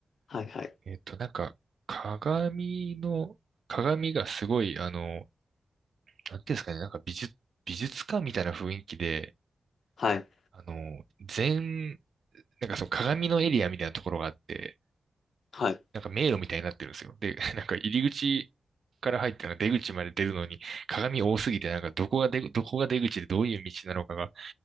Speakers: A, on the left (about 75°); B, on the right (about 65°).
A: はい、はい。
B: えっと、なんか、鏡の、鏡がすごい、あの、なんていうんですかね、なんか美術、美術館みたいな雰囲気で、
A: はい。
B: あの、全、なんかその鏡のエリアみたいなところがあって、
A: はい。
B: なんか迷路みたいになってるんですよ。で、<laughs> なんか入り口から入っての出口まで出るのに鏡多すぎて、なんかどこが出、どこが出口でどういう道なのかが、